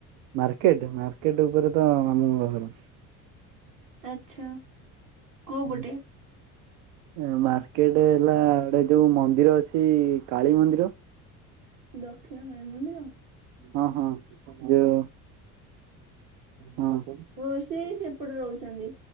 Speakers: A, on the right (about 65°); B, on the right (about 45°).
A: ମାର୍କେଟ ମାର୍କେଟ ଉପରେ ତ ମାମୁଁଙ୍କ ଘର।
B: ଆଚ୍ଛା। କୋଉ ପଟେ?
A: ହୁଁ। ଏ ମାର୍କେଟ ହେଲା ଗୋଟେ ଯୋଉ ମନ୍ଦିର ଅଛି କାଳୀ ମନ୍ଦିର
B: ଦକ୍ଷିଣକାଳୀ ମନ୍ଦିର?
A: ହଁ ହଁ ଯେଉ ଆପଣଙ୍କର କୋଉଠି?
B: ଓ ସେଇ ସେପଟେ ରହୁଚନ୍ତି